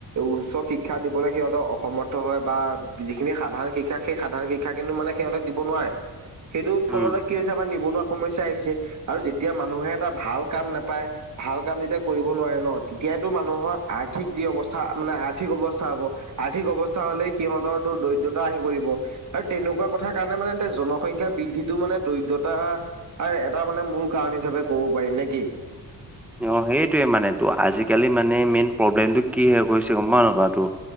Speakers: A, on the right (about 50°); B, in the centre.
A: উচ্চ শিক্ষা দিবলৈ সিহঁতৰ অসমৰ্থ হয়, বা যিখিনি সাধাৰণ শিক্ষা সেই সাধাৰণ শিক্ষ, শিক্ষা কিন্তু মানে সিহঁতক দিব নোৱাৰে, সেইটো
B: উম
A: ফলত কি হৈছে আমাৰ নিবনুৱা সমস্যা আহিছে। আৰু যেতিয়া মানুহে এটা ভাল কাম নাপায়, ভাল কাম যেতিয়া কৰিব নোৱাৰে ন' তেতিয়াতো মানুহৰ আৰ্থিক যি অৱস্থা মানে আৰ্থিক অৱস্থা হব, আৰ্থিক অৱস্থা হ'লে সিহঁতৰো দৰিদ্ৰতা আহি পৰিব, আৰু তেনেকুৱা কথা কাৰণে মানে এয়া জনসংখ্যা বৃদ্ধিটো মানে দৰিদ্ৰতা আৰু এটা মানে মূল কাৰণ হিচাপে ক'ব পাৰি নে কি?
B: অ', সেইটোয়ে মানেতো। আজিকালি মানে মেইন প্ৰব্লেমটো কি হৈ গৈছে গম পোৱা নোপোৱা! টো